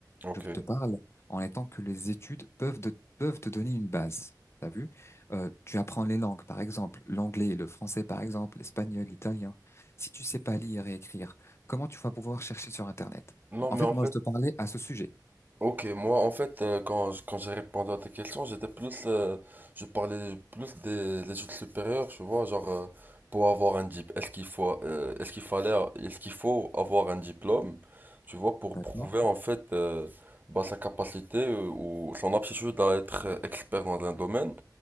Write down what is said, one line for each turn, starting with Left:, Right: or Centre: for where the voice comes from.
Right: Ok.
Left: Je te parle en étant que les études peuvent, de- peuvent te donner une base. T'as vu? Euh, tu apprends les langues, par exemple, l'anglais, le français, par exemple, l'espagnol, l'italien. Si tu sais pas lire et écrire, comment tu vas pouvoir chercher sur Internet?
Right: Non,
Left: Bon, En
Right: mais
Left: fait,
Right: en
Left: moi,
Right: fait,
Left: je te parlais à ce sujet.
Right: Ok, moi en fait euh, quand, je- quand j'ai répondu à ta question, j'étais plus euh, je parlais plus des des études supérieures, tu vois, genre euh, pour avoir un diplôme, est-ce qu'il faut euh, est-ce qu'il fallait est-ce qu'il faut avoir un diplôme, tu vois, pour
Left: D'accord?
Right: prouver en fait euh, bah, sa capacité euh, ou son aptitude à être euh, expert dans un domaine.